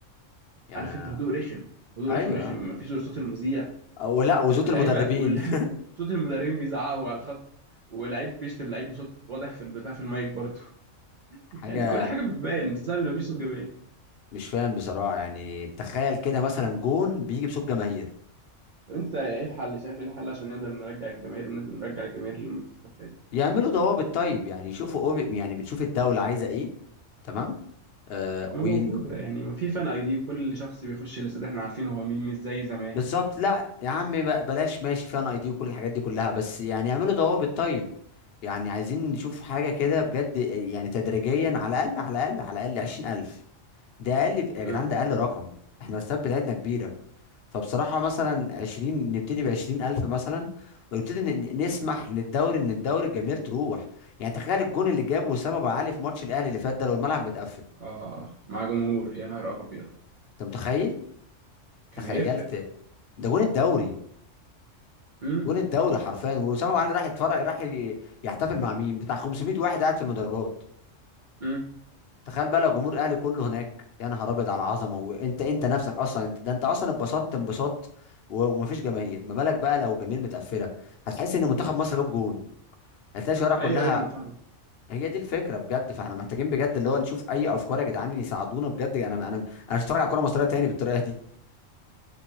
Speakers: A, on the left; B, on the right.
A: يعني
B: عارف انت هدوء رخم هدوء
A: ايوه
B: رخم رخم مفيش غير صوت المذيع
A: ولا وزوت
B: واللعيبه
A: المدربين
B: وال... <laughs> صوت المدربين بيزعقوا على الخط ولعيب بيشتم لعيب بصوت واضح في البتاع في المايك برضه <laughs>
A: <laughs> حاجه
B: يعني كل حاجه بتبان بسبب ان مفيش صوت جماهير
A: مش فاهم بصراحة يعني تخيل كده مثلا جون بيجي بصوت جماهير
B: طب انت ايه الحل شايف ايه الحل عشان نقدر نرجع الجماهير ونقدر نرجع الجماهير للمنتخب تاني
A: يعملوا ضوابط طيب يعني يشوفوا أوبي يعني بنشوف الدولة عايزة ايه تمام آه
B: ما
A: وين
B: موجوده يعني ما في فان اي دي وكل شخص بيخش الاستاد احنا عارفين هو مين مش زي زمان
A: بالظبط لا يا عم ب- بلاش ماشي فيها اي دي وكل الحاجات دي كلها بس يعني يعملوا ضوابط طيب يعني عايزين نشوف حاجة كده بجد يعني تدريجيا على الأقل على الأقل على الأقل 20000 ده أقل يا جدعان
B: امم
A: ده أقل رقم احنا الأسباب بتاعتنا كبيرة فبصراحة مثلا 20 نبتدي ب 20000 مثلا ونبتدي ن- ن- نسمح للدوري ان الدوري الجماهير تروح يعني تخيل الجون اللي جابه وسام ابو علي في ماتش الاهلي اللي فات ده لو الملعب متقفل
B: اه مع جمهور يا نهار ابيض
A: انت متخيل
B: كان
A: تخيلت
B: هيفرق
A: ده جون الدوري
B: امم
A: جون الدوري حرفيا وسام ابو علي راح يتفرج راح ي- يحتفل مع مين بتاع 500 واحد قاعد في المدرجات
B: امم
A: تخيل بقى لو جمهور الاهلي كله هناك يا نهار ابيض على العظمه وانت انت نفسك اصلا انت ده انت اصلا اتبسطت انبساط و- ومفيش جماهير ما بالك بقى لو الجماهير متقفله هتحس ان منتخب مصر جاب جون هتلاقي الشوارع كلها
B: ايوه ايوه انا فاهمك
A: هي دي الفكره بجد فاحنا محتاجين بجد اللي هو نشوف اي افكار يا جدعان يساعدونا بجد انا انا انا مش هتفرج على كوره مصريه تاني بالطريقه دي